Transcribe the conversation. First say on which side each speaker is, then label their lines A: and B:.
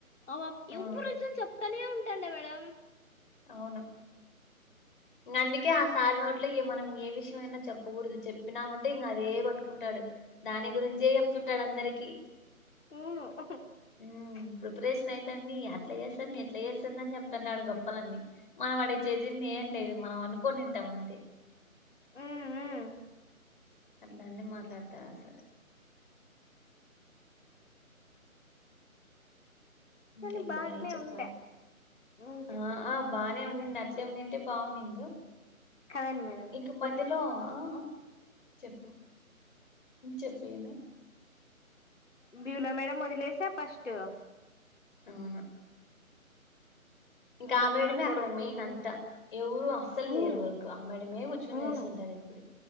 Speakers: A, on the left (about 55°); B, on the left (about 35°).
A: అవ్వప్
B: ఆ
A: ఎవ్వరొచ్చినా చెప్తనే ఉంటాండ మేడం.
B: అవును ఇంగా అందుకే ఆ సారి నోట్లో ఎ మనం ఏ విషయం అయినా చెప్పకూడదు. చెప్పినామం టే ఇగా అదే పట్టుకుంటాడు. దాని గురించే చెప్తుంటాడు అందరికీ.
A: హ్
B: ఉమ్ ప్రిపరేషన్ అయితాంది. అట్లా చేస్తాంది, ఇట్లా చేస్తాంది అని చెప్తున్నాడు గొప్పలన్నీ. మనం ఆడ చేసింది ఏం లేదు. మనం అనుకునింటాం అంతే.
A: ఉమ్, ఉమ్.
B: అట్లాన్ని మాట్లాడతారు సార్. ఇంకేం
A: కానీ బాగానే
B: కులాయి చెప్పాలి.
A: ఉండే ఉమ్, చెప్
B: ఆ ఆ బానే
A: ఉమ్.
B: ఉండుండి అట్లే ఉండింటే బావుండిందో
A: కదండి మేడం
B: ఇంక మధ్యలో ఆ ఆ చెప్పు చెప్పు ఏమి?
A: బ్యూలో మేడం వదిలేసా ఫస్ట్.
B: అవునా ఇంకా ఆ
A: అందరు
B: మేడమే
A: ఒకరొక్కరు
B: అక్కడ మెయిన్ అంతా, ఎవరు అస్సలు
A: అవును
B: చేయరు వర్క్. ఆ మేడమే కూర్చొని
A: అవును.
B: చేస్తుంటది. ఎప్పుడు